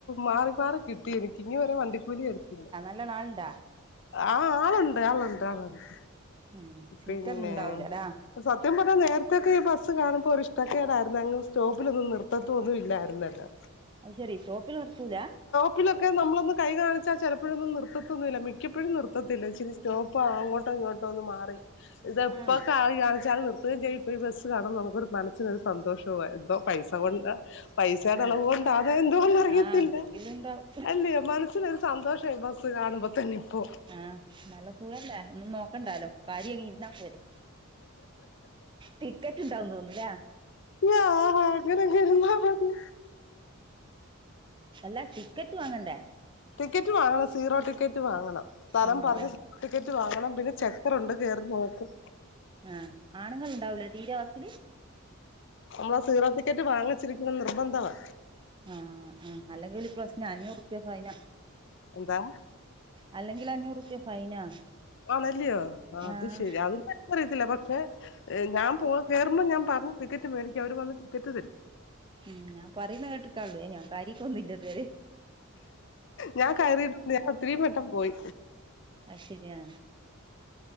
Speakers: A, on the left (about 55°); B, on the right (about 20°).
A: മാറി മാറി കി ട്ടി എനിക്ക് ഇനി മുതല് വണ്ടിക്കൂലി എട്ക്കില്ല
B: ന്ന ന്നാൾണ്ടാ
A: ആഹ് ആളുണ്ട് ആളുണ്ട് ആളുണ്ട്
B: ഉം സീറ്റൊന്നും
A: പിന്നെ
B: ണ്ടാവൂല ലാ
A: സത്യം പറഞ്ഞ നേരെത്തെയൊക്കെ ഈ ബസ് കാണ്‌മ്പോ ഒരിഷ്ടക്കേടായ്ര്ന്ന് അങ്ങ് സ്റ്റോപ്പിലൊന്നും നിർത്തത്തോന്നും ഇല്ലായ്ര്ന്നല്ലോ
B: അത്‌ ശെരി സ്റ്റോപ്പില് നിർത്തൂല
A: പ്പിലൊക്കെ നമ്മളൊന്ന് കൈ കാണിച്ചാ ചെലപ്പോഴൊന്നും നിർത്തത്തൊന്നുല്ല മിക്കപ്പോഴും നിർത്തത്തില്ല ചി സ്റ്റോപ്പ്‌ അങ്ങോട്ടാേ ഇങ്ങോട്ടോ ഒന്ന് മാറി ഇതെപ്പോ
B: ആ
A: കായ് കാണിച്ചാല് നിർത്ത്കെയും ചെയ്യും ഇപ്പോ ഈ ബെസ്സ് കാണുമ്പോ നമുക്കൊരു മനസ്സിനൊരു സന്തോഷവാ എന്തോ പൈസ കൊണ്ടാ പൈസേടെ
B: ആ
A: അളവുകൊൺ സാധാ എന്തുവാന്നറിയത്തില്ല
B: ആഹ് എന്തെങ്കിലും ഉണ്ടാവും
A: അല്ല്യോ മനസ്സിനൊര് സന്തോഷ ഈ ബസ്സ് കാണ്‌മ്പ തന്നെ ഇപ്പോ
B: ആഹ് നല്ല സുഖെല്ലേ ഒന്നും നോക്കണ്ടാലോ കയറി അങ്ങ് ഇരുന്നാ പോരെ ടിക്കെറ്റ് ഇണ്ടാവുന്ന് തോന്ന്ന്ന്ല്ലേ
A: യാ അങ്ങെനെയങ്ങ് ഇര്ന്നാ മതി
B: അല്ലാ ടിക്കെറ്റ് വാങ്ങെണ്ടേ
A: ടിക്കെറ്റ് വാങ്ങണം സീറോ ടിക്കെറ്റ് വാങ്ങണം സ്ഥലം
B: വാങ്ങണല്ലേ
A: പർഞ്ഞ് ടിക്കെറ്റ് വാങ്ങണം പിന്നെ ചെക്കറുണ്ട് കേറി നോക്കും
B: ആഹ് ആണ്ങ്ങള്ണ്ടാവൂലെ തീരെ ആ ബസ്സില്
A: നമ്മളാ സീറോ ടിക്കെറ്റ് വാങ്ങിച്ചിരിക്കണംന്ന് നിർബന്ധവാ
B: ആഹ് ആഹ് അല്ലെങ്കില് പ്രശ്നാ അഞ്ഞൂറുപ്യ ഫൈനാ
A: എന്താ
B: അല്ലെങ്കിലഞ്ഞൂറുപ്യ ഫൈനാ
A: ആണല്ലിയോ ആത്
B: ആഹ്
A: ശെരി അതൊന്നെനിക്കറിയത്തില്ല പക്ഷേ ഞാൻ പോ കേറുമ്പം ഞാൻ പർഞ്ഞു ടിക്കെറ്റ് മേടിക്കും അവര് വന്ന് ടിക്കെറ്റ് തെരും
B: ഉം ഞാൻ പറ്യ്ന്നെ കേട്ട്ക്കാള്ളെ ഞാൻ കയ്രീക്കൊന്നുംല്ല ഇത് വെരെ
A: ഞാൻ കയറിയിട്ട്ണ്ട് ഞാൻ ഒത്തിരീ വെട്ടം പോയി
B: അയ്ശെര്യാ